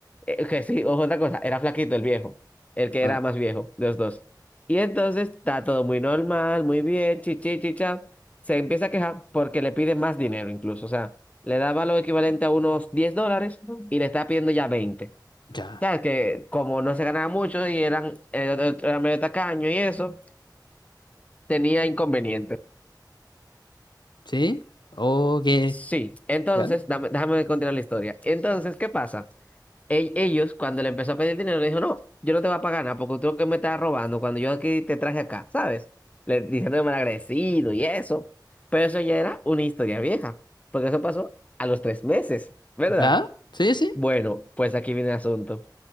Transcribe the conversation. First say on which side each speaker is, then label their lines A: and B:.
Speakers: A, on the left (about 20°); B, on the left (about 75°).
A: Eh, que sí, ojo, otra cosa. Era flaquito el viejo. El que
B: Ah,
A: era más viejo de los dos. Y entonces está todo muy normal, muy bien, chichi, chicha. Se empieza a quejar porque le pide más dinero incluso. O sea, le daba lo equivalente a unos 10 dólares y le está pidiendo ya veinte
B: ya.
A: O sea, que como no se ganaba mucho y eran, eh, era medio tacaño y eso, tenía inconvenientes
B: ¿Sí? ¿O qué?
A: Sí, entonces,
B: ¿Ya?
A: dame- déjame continuar la historia. Entonces, ¿qué pasa? E- ellos, cuando le empezó a pedir dinero, le dijo, no, yo no te voy a pagar nada porque tú lo que me estás robando cuando yo aquí te traje acá, ¿sabes? Le diciendo mal agradecido y eso. Pero eso ya era una historia vieja, porque eso pasó a los tres meses, ¿verdad?
B: ¿Ya? ¿Sí, sí?
A: Bueno, pues aquí viene el asunto.